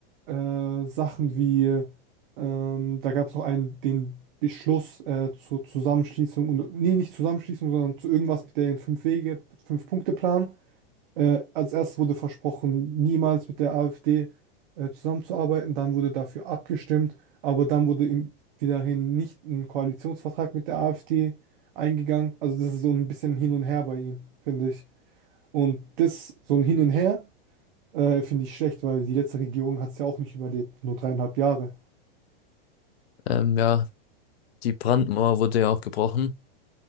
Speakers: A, on the right; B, on the left.
A: äh, Sachen wie, ähm, da gab es auch einen, den Beschluss äh, zur Zusammenschließung, und, nee, nicht Zusammenschließung, sondern zu irgendwas mit den fünf Wege, Fünf-Punkte-Plan. Äh, als erstes wurde versprochen, niemals mit der AfD äh, zusammenzuarbeiten, dann wurde dafür abgestimmt, aber dann wurde im, wiederhin nicht ein Koalitionsvertrag mit der AfD eingegangen. Also das ist so ein bisschen hin und her bei ihm, finde ich. Und das, so ein Hin und Her. Äh, finde ich schlecht, weil die letzte Regierung hat es ja auch nicht überlebt. Nur dreieinhalb Jahre.
B: Ähm, ja, die Brandmauer wurde ja auch gebrochen.